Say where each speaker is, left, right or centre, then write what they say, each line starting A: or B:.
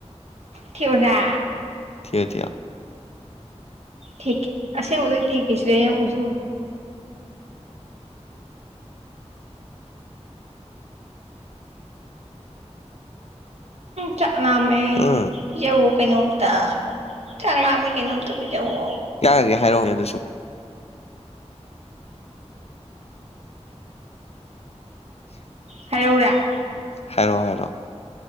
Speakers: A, on the right (about 65°); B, on the left (about 60°).
A: ꯊꯤꯑꯣꯔꯥ
B: ꯊꯤꯌꯣ ꯊꯤꯌꯣ
A: ꯊꯦꯛꯀꯦ ꯑꯁꯦꯡꯕꯒꯩ ꯊꯦꯛꯀꯦ ꯁꯤꯗꯩ ꯍꯦꯟ ꯎꯁꯨ ꯎꯔꫭꯏ ꯆꯥꯛ ꯂꯥꯝꯃꯦ ꯑꯩ
B: ꯎꯝ
A: ꯄꯤꯖꯥꯎꯋꫭ ꯀꯩꯅꯣꯝꯇ ꯆꯥꯛ ꯂꯥꯝꯃꯦ ꯀꯩꯅꯣꯝꯇ ꯄꯤꯖꯧꯋꯣ
B: ꯌꯥꯒꯦ ꯍꯥꯏꯔꯛ ꯎꯅꯦ ꯑꯗꯨꯁꯨ <inaudible>
A: ꯍꯥꯏꯔꯛ ꯎꯔꯥ
B: ꯍꯥꯏꯔꯛꯑꯣ ꯍꯥꯏꯔꯛꯑꯣ